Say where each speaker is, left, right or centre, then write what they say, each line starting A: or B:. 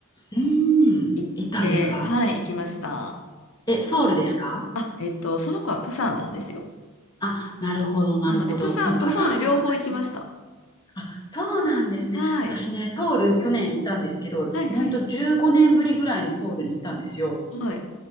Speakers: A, on the left; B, on the left.
A: うん。
B: 行って、
A: 行ったんですか
B: はい、行きました。
A: え、ソウルですか
B: あ、えっと、その子はプサンなんですよ。
A: あ、なるほど、なるほど。
B: なので、プサンとソウル両方行きました。
A: ダプサンはないあ、そうなんですね。
B: はい、
A: 私ね、ソウル去年行ったんですけど、
B: はい、はい。
A: ほんと15年ぶりぐらいにソウルに行ったんですよ。
B: はい